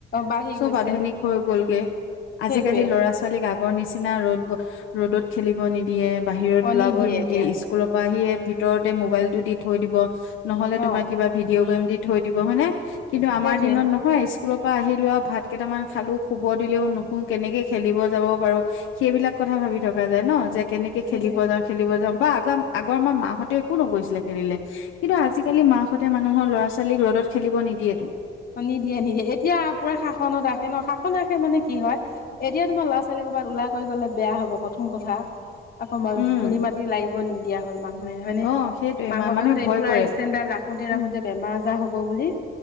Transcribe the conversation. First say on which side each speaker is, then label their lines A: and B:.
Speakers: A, on the left (about 50°); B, on the left (about 80°).
A: বাঢ়ি
B: চব
A: গৈছে
B: আধুনিক হৈ গলগে
A: সেইটোৱে
B: আজিকালি ল'ৰা ছ ছোৱালীক আগৰ নিচিনা ৰ'দ, ৰ'দত খেলিব নিদিয়ে, বাহিৰত
A: অ
B: ওলাব নিদিয়ে,
A: এতিয়া
B: স্কুল স্কুলৰ পৰা আহিয়ে ভিতৰতে মোবাইলটো দি থৈ দিব, নহ'লে টোমাৰ
A: অ
B: কিবা ভিডিঅ' গেম দি থৈ দিব হয় নে, কিন্তু আমাৰ
A: সেইটোৱে
B: দিনত ন হয়, স্কুলৰ পৰা আহিলোঁ আৰু, ভাত কেইটামান খালোঁ, শুব দিলেওঁ নুসো, কেনেকৈ খেলিব যাব পাৰোঁ সেইবিলাক কথা ভাবি থকা যায় ন'। যে কেনেকে
A: সেইটোৱে
B: খেলিব যাওঁ, খেলিব যাওঁ, বা আগ, আগৰ আমাৰ মাহঁতে একো নকৈছিলে খেলিলে, কিন্তু আজি কালি মাকহঁতে মানুহৰ ল'ৰা-ছোৱালীক ৰদত খেলিব নিদিয়েতো।
A: নিদিয়ে, নিদিয়ে, এতিয়া পুৰা শাসনত ৰাখে ন', শাসন ৰাখে মানে কি হয় এতিয়া তোমাৰ ল'ৰা-ছোৱালী ক'ৰবাত ওলাই কৰি গ'লে বেয়া হব প্ৰথম কথা। আকৌ
B: উম।
A: ধূলি-মাটি লাগিব নিদিয়া হ'ল মানুহে, হয় নে।
B: অ', সেইটোৱে
A: মাক-বাপেকহঁতে
B: মা মানুহে ভয়
A: এই পুৰা
B: কৰে।
A: ষ্টেণ্ডাৰ ৰাখোতে-ৰাখোতে,
B: উম,
A: বেমাৰ আজাৰ হ'ব বুলি